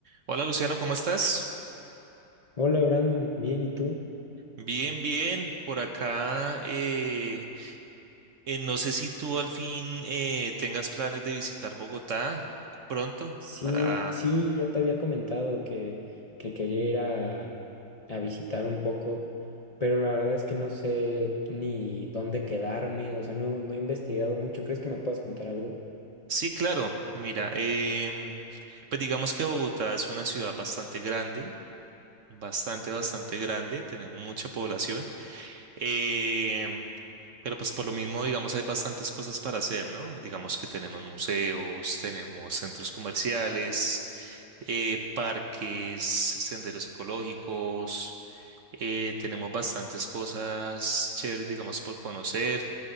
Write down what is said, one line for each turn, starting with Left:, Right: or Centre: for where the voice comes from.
Right: Hola Luciano, ¿cómo estás?
Left: Hola Brandon, bien, ¿y tú?
Right: Bien, bien, por acá. eh, eh, no sé si tú al fin eh, tengas planes de visitar Bogotá pronto
Left: Sí,
Right: para...
Left: sí, ya te había comentado que, que quería ir a, a visitar un poco, pero la verdad es que no sé ni dónde quedarme, o sea, no, no he investigado mucho. ¿Crees que me puedas contar algo?
Right: Sí, claro, mira, em, pues digamos que Bogotá es una ciudad bastante grande, bastante, bastante grande, tenemos mucha población. em, pero pues por lo mismo, digamos, hay bastantes cosas para hacer, ¿no? Digamos que tenemos museos, tenemos centros comerciales eh, parques, senderos ecológicos, eh, tenemos bastantes cosas chéveres, digamos, por conocer.